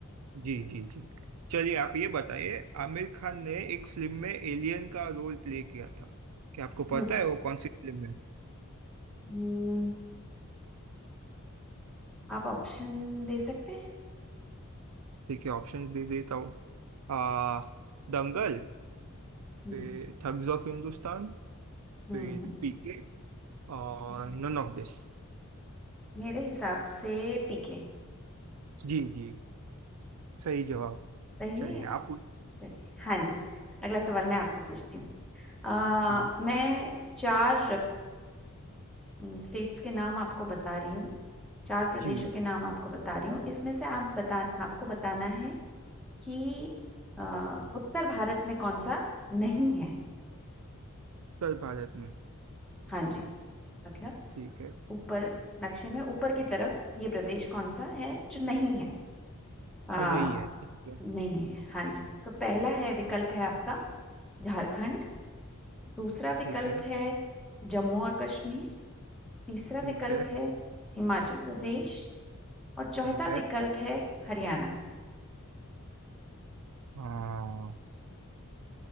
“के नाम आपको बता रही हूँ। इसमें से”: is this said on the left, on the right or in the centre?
Centre